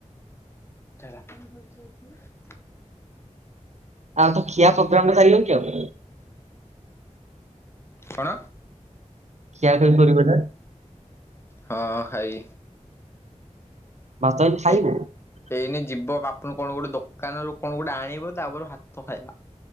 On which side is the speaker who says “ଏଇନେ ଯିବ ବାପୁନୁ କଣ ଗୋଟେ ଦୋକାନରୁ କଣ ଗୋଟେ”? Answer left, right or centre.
Left